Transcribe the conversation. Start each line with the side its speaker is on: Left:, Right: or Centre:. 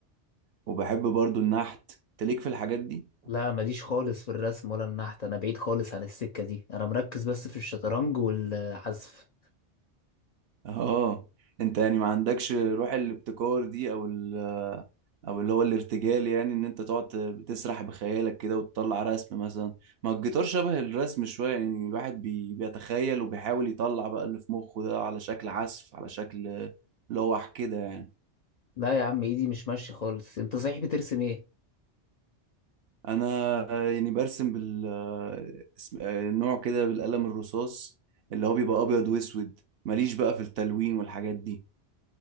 Right: وبحب برضو النحت انت ليك في الحاجات دي
Left: لا ماليش خالص في الرسم ولا النحت انا بعيد خالص عن السكة دي انا مركز بس في الشطرنج والعزف
Right: اه <laughs> انت يعني ما عندكش روح الابتكار دي او ال او اللي هو الارتجال يعني ان انت تقعد ت- تسرح بخيالك كده وتطلع رسم مثلا ما الجيتار شبه الرسم شوية يعني الواحد بي بيتخيل وبيحاول يطلع بقى اللي في مخه ده على شكل عزف على شكل لوح كده يعني
Left: لا يا عم ايدي مش ماشية خالص انت صحيح بترسم ايه
Right: انا آه، يعني برسم بال آه، اسم- آه، نوع كده بالقلم الرصاص اللي هو بيبقى ابيض واسود ماليش بقى في التلوين والحاجات دي